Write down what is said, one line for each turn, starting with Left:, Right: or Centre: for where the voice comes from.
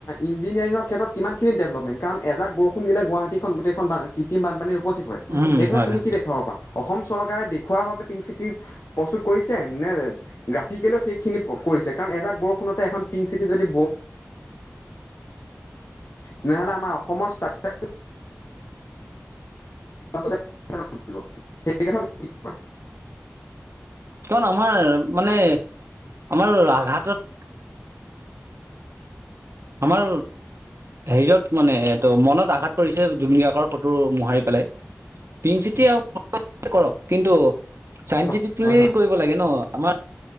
Left: ইঞ্জিনিয়াৰিঙৰ ক্ষেত্ৰত কিমান খিনি ডেভেলপমেণ্ট? কাৰণ এজাক বৰষুণ দিলে গুৱাহাটীখন গোটেইখন কৃত্ৰিম বানপানীৰে উপচি পৰে।
Right: উম
Left: সেইখনত
Right: হয়
Left: তুমি
Right: হয়
Left: কি দেখুৱাব পাৰা। অসম চৰকাৰে দেখুওৱা বাবে, পিংক চিটি প্ৰস্তুত কৰিছে, নে গ্ৰাফিকেলেও সেইখিনি প্ৰস্তুত কৰিছে? কাৰণ, এজাক বৰষুণতে এখন যদি পিংক চিটিত যদি তেনেহ'লে, আমাৰ অসমৰ ষ্ট্ৰাকচাৰ সেইখন
Right: আমাৰ মানে, আমাৰ আঘাটত আমাৰ হেৰিয়ত মানে এইটো, মনত আঘাত কৰিছে, জুবিন গাৰ্গৰ ফটো মোহাৰি পেলাই। পিংক চিটি কৰক, কিন্তু চাইণ্টিফিকেলি
Left: হয় হয় হয়
Right: কৰিব লাগে ন'। আমাৰ